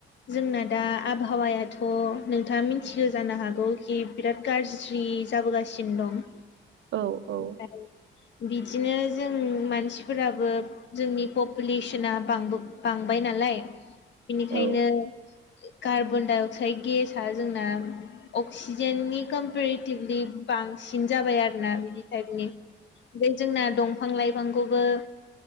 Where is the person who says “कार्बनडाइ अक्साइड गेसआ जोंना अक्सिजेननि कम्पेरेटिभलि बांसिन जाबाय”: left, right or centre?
Left